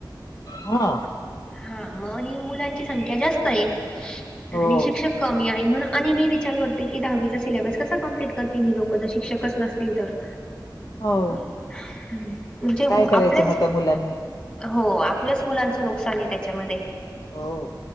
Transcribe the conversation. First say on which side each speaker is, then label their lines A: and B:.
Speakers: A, on the left; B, on the left.
A: <unintelligible>
B: हा
A: हा मग आणि मुलांची संख्या जास्त आहे
B: हो
A: आणि शिक्षक कमी आहे म्हण आणि मी विचार करते की दहावीचा सिलॅबस कसा कम्प्लीट करतील ही लोक जर शिक्षकच नसते <unintelligible> <unintelligible>
B: हो <unintelligible>
A: म्हणजे
B: काय
A: ह
B: करायचं
A: आपल्याच
B: मग त्या मुलांनी.
A: हो आपल्याच मुलांचं नुकसान ये त्याच्यामध्ये
B: हो.